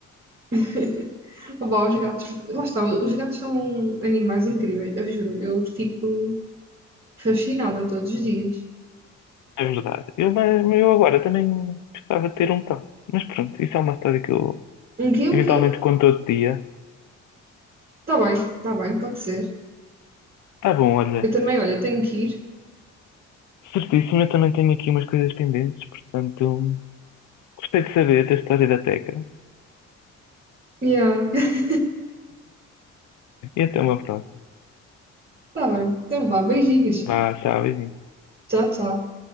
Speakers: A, on the right; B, on the left.
A: <laughs> Opa, os gatos, lá está, os gatos são animais incríveis, eu juro, eu fico fascinada todos os dias.
B: É verdade. Eu, mas mas eu agora também gostava de ter um tal. Mas pronto, isso é uma história que eu
A: Um quê? Um
B: eventualmente
A: quê?
B: conto outro dia.
A: Tá bem, tá bem, pode ser.
B: Tá bom, olha.
A: Eu também, olha, tenho que ir.
B: Certíssimo, eu também tenho aqui umas coisas pendentes, portanto, gostei de saber da história da Teca.
A: Yeah. <laughs>
B: E até uma próxima.
A: Tá bem, então vá, beijinhos.
B: Vá, tchau, beijinho.
A: Tchau, tchau.